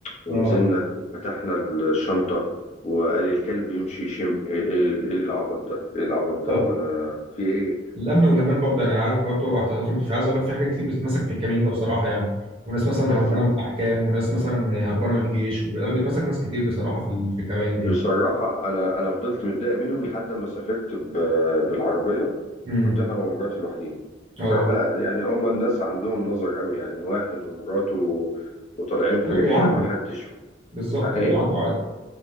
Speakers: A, on the left (about 35°); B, on the right (about 30°).
A: ونزلنا
B: اه
A: وفتحنا الشنطه وقال لي الكلب يمشي يشم ايه ايه إيه العبط ده ايه العبط ده
B: اه
A: وانا في ايه
B: الأمن والأمان برضه أنا عارف برضه احتياطاتهم مش عايز أقول لك في حاجات كتير بتتمسك في الكمين ده بصراحة يعني وناس مثلا
A: بس
B: هربانة
A: انا
B: من الأحكام وناس مثلا هربانة من الجيش وب- لا بيتمسك ناس كتير بصراحة في ال- في الكمين دي يعني
A: بصراحه انا انا فضلت متضايق منهم لحد ما سافرت ب- بالعربيه
B: امم
A: كنت انا ومراتي لوحدين
B: اه
A: بصراحه لا يعني هما الناس عندهم نظر قوي يعني واحد ومراته وطالعين في
B: هو
A: رحله
B: بيعدوا
A: ما حدش
B: بالظبط
A: ايه
B: آه، بيعدوا عادي